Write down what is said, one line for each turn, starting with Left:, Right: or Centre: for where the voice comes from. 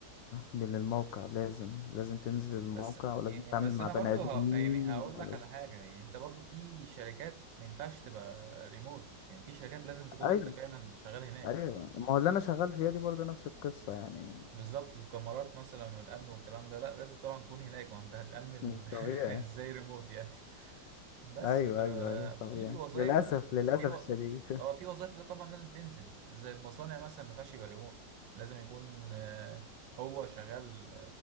Left: من الموقع لازم لازم تنزل الموقع
Right: بس
Left: ولازم
Right: يعني
Left: تتعامل
Right: بس
Left: مع
Right: انا
Left: بني
Right: برضو
Left: ادمين
Right: ه... يعني هقول
Left: ولا-
Right: لك على حاجه يعني انت برضو في شركات ما ينفعش تبقى ريموت يعني في شركات لازم تكون
Left: ايوه
Right: انت فعلا شغال هناك
Left: ايوه ما هو اللي انا شغال فيها دي برضه نفس القصه يعني
Right: بالظبط الكاميرات مثلا والامن والكلام ده لا لازم طبعا تكون هناك ما انت هتامن
Left: مم. طبيعي
Right: <laughs> ازاي ريموت يعني بس
Left: ايوه
Right: ففي
Left: ايوه ايوه طبيعي
Right: وظائف
Left: للاسف للاسف
Right: في و...
Left: الشديد
Right: هو في وظائف ده طبعا لازم تنزل زي المصانع مثلا ما ينفعش يبقى ريموت لازم يكون آه، هو شغال